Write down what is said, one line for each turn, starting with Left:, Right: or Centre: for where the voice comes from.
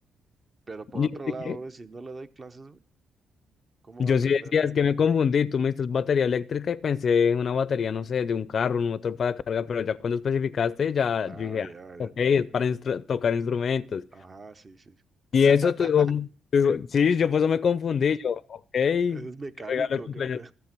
Right: Pero por
Left: ¿Y
Right: otro
Left: este
Right: lado,
Left: qué?
Right: güey, si no le doy clases, güey, ¿cómo
Left: Yo
Right: va a aprender?
Left: sí decía, es que me confundí. Tú me dices batería eléctrica y pensé en una batería, no sé, de un carro, un motor para carga, pero ya cuando especificaste, ya
Right: Ah,
Left: yo dije,
Right: ya,
Left: ah, ok,
Right: ya.
Left: es para instru- tocar instrumentos.
Right: Ajá, sí, sí.
Left: Y
Right: <laughs>
Left: eso tu hijo, tu hijo- sí, yo por eso me confundí, yo, ok, qué
Right: Es mecánico,
Left: regalo de cumpleaños,
Right: qué pedo.